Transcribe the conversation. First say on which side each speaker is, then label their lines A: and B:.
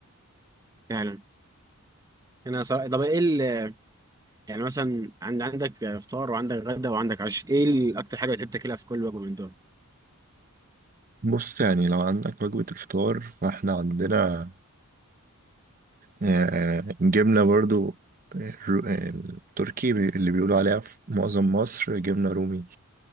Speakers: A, on the right; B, on the right.
A: فعلا أنا صراحة طب إيه ال- يعني مثلا عند عندك فطار وعندك غدا وعندك عشاء ايه ال- اكتر حاجه بتحب تاكلها في كل وجبه من دول
B: بص يعني لو عندك وجبة الفطار فاحنا عندنا آه، جبنة برضو آه، الر- آه، التركي بي- اللي بيقولوا عليها في معظم مصر جبنة رومي